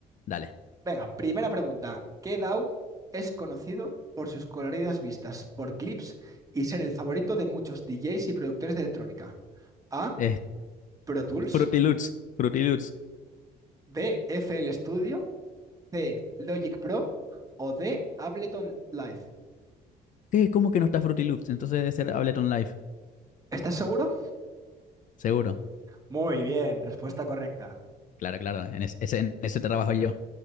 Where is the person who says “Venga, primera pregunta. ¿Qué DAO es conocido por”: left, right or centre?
Right